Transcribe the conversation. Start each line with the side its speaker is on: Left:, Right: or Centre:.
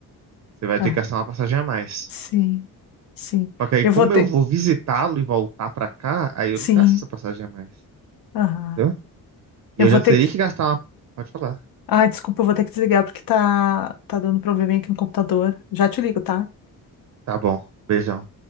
Right: você vai
Left: Ah,
Right: ter que gastar uma passagem a mais.
Left: sim, sim.
Right: Só que aí,
Left: Eu
Right: como
Left: vou ter.
Right: eu vou visitá-lo e voltar pra cá, aí
Left: Sim,
Right: eu não gasto essa passagem a mais.
Left: aham.
Right: Entendeu?
Left: Eu
Right: E eu
Left: vou
Right: já
Left: ter
Right: teria
Left: que.
Right: que gastar uma. Pode falar.
Left: Ah, desculpa, eu vou ter que desligar porque tá, tá dando probleminha aqui no computador. Já te ligo, tá?
Right: Tá bom. Beijão.